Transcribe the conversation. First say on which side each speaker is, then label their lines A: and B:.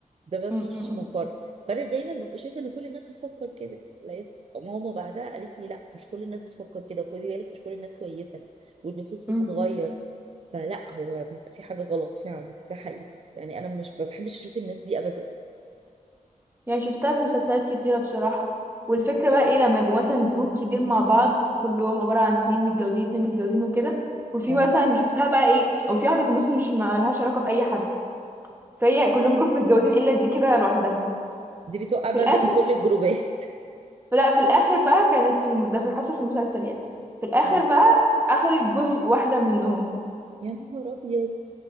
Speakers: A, on the right (about 45°); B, on the right (about 15°).
A: ده ما فيش
B: أمم.
A: مفر فانا دايما ببقى شايفه ان كل الناس هتفكر كده لقيت ماما بعدها قالت لي لا مش كل الناس بتفكر كده وخدي بالك مش كل الناس كويسه والنفوس بتتغير
B: أمم.
A: فلا هو بيبقى في حاجه غلط فعلا ده حقيقي يعني انا مش ما بحبش اشوف الناس دي ابدا
B: يعني شفتها في مسلسلات كتيرة بصراحة والفكرة بقى ايه لما يبقوا مثلا جروب كبير مع بعض كلهم عبارة عن اتنين متجوزين اتنين متجوزين وكده وفي
A: اه
B: مثلا شفتها بقى ايه او في واحدة في النص مش مالهاش علاقة بأي حد فهي كلهم جروب متجوزين الا دي كده لوحدها
A: دي بتوقع
B: في
A: بقى
B: الاخر
A: بين كل الجروبات
B: لا في الاخر بقى كانت في الم... ده في حصل في المسلسل يعني في الاخر
A: اه
B: بقى اخدت جزء واحده منهم
A: يا نهار ابيض